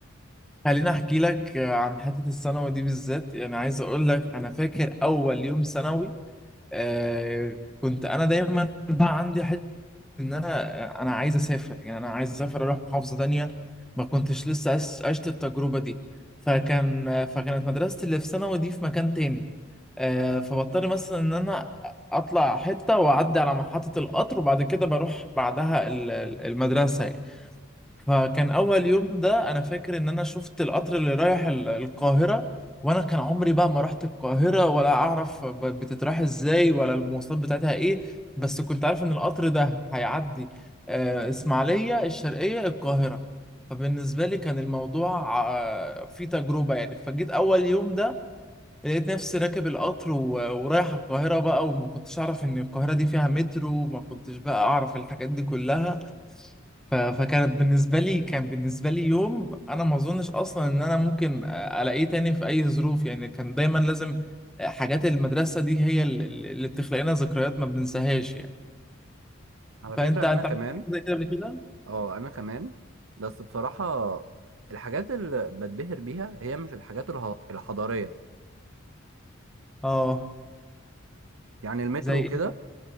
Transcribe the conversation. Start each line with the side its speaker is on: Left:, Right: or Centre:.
Centre: خليني احكي لك عن حته الثانوي دي بالذات يعني عايز اقول لك انا فاكر اول يوم ثانوي آه كنت انا دايما بقى عندي حته ان انا آه، انا عايز اسافر يعني انا عايز اسافر اروح محافظه تانية ما كنتش لسه عش- عشت التجربه دي فكان فكانت مدرستي اللي في ثانوي دي في مكان تاني آه فبضطر مثلا ان انا اطلع حته واعدي على محطه القطر وبعد كده بروح بعدها ال- المدرسه يعني فكان اول يوم ده انا فاكر ان انا شفت القطر اللي رايح ال- القاهره وانا كان عمري بقى ما رحت القاهره ولا اعرف ب- بتتراح ازاي ولا المواصلات بتاعتها ايه بس كنت عارف ان القطر ده هيعدي آه، اسماعيليه الشرقيه القاهره فبالنسبه لي كان الموضوع آه، فيه تجربه يعني فجيت اول يوم ده لقيت نفسي راكب القطر و- ورايح القاهره بقى وما كنتش اعرف ان القاهره دي فيها مترو وما كنتش بقى اعرف الحاجات دي كلها ف- فكانت بالنسبة لي كان بالنسبة لي يوم أنا ما أظنش أصلا إن أنا ممكن ألاقيه تاني في أي ظروف يعني كان دايما لازم حاجات المدرسة دي هي ال- ال- اللي بتخلق لنا ذكريات ما بننساهاش يعني
Right: على
Centre: فأنت
Right: فكرة
Centre: أنت
Right: أنا كمان
Centre: عملت حاجة زي كده قبل كده؟
Right: أه أنا كمان بس بصراحة الحاجات اللي بتبهر بيها هي مش الحاجات اله- الحضارية
Centre: آه
Right: يعني المترو
Centre: زي إيه؟
Right: وكده